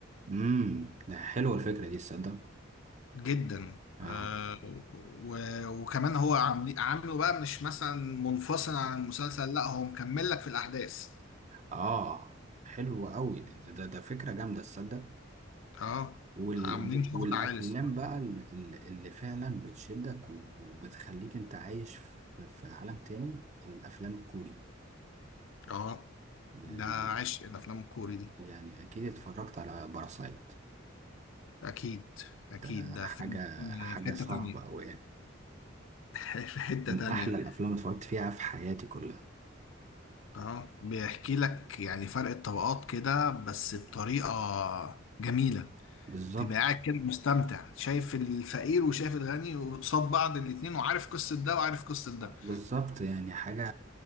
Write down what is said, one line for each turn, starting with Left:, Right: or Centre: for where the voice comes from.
Right: امم ده حلوة الفكرة دي تصدق
Left: جدا
Right: آه
Left: آه، و- وكمان هو عامل- عامله بقى مش مثلا منفصل عن المسلسل لا هو مكمل لك في الأحداث
Right: آه حلو أوي ده ده ده ده فكرة جامدة تصدق
Left: اه
Right: وال...
Left: عاملين شغل
Right: والأفلام
Left: عالي الصراحة
Right: بقى اللي, اللي فعلا بتشدك و- وبتخليك أنت عايش في في عالم تاني الأفلام الكوري
Left: اه
Right: يعني
Left: ده عشق الافلام الكوري دي
Right: يعني أكيد اتفرجت على باراسايت
Left: اكيد
Right: ده
Left: اكيد ده
Right: حاجة
Left: فيلم في
Right: حاجة
Left: حتة
Right: صعبة
Left: تانية
Right: أوي يعني
Left: <laughs> في حتة
Right: من
Left: تانية
Right: أحلى الأفلام اللي اتفرجت فيها في حياتي كلها
Left: اه بيحكي لك يعني فرق الطبقات كده بس بطريقة جميلة
Right: بالظبط
Left: تبقى قاعد كده مستمتع شايف الفقير وشايف الغني وقصاد بعض الاتنين وعارف قصة ده وعارف قصة ده
Right: بالظبط يعني حاجة